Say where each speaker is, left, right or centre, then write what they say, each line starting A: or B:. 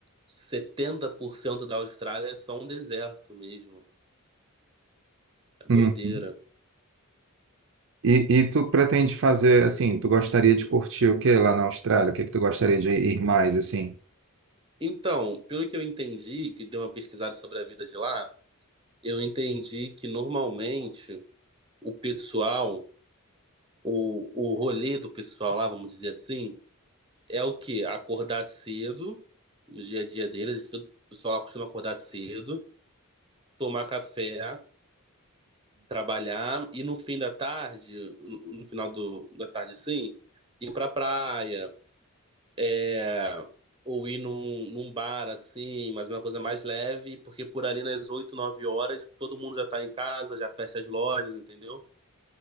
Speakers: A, on the right; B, on the right.
A: 70% da Austrália é só um deserto mesmo. É
B: Uhum.
A: doideira.
B: E, e tu pretende fazer, assim, tu gostaria de curtir o que lá na Austrália? O que que tu gostaria de ir mais, assim?
A: Então, pelo que eu entendi, que deu uma pesquisada sobre a vida de lá, eu entendi que normalmente o pessoal, o, o rolê do pessoal lá, vamos dizer assim, é o quê? Acordar cedo, no dia a dia deles, o pessoal lá costuma acordar cedo, tomar café, trabalhar e no fim da tarde, no no final do, da tarde assim, ir pra praia, é, ou ir num, num bar assim, mas é uma coisa mais leve, porque por ali nas 8, 9 horas todo mundo já tá em casa, já fecha as lojas, entendeu?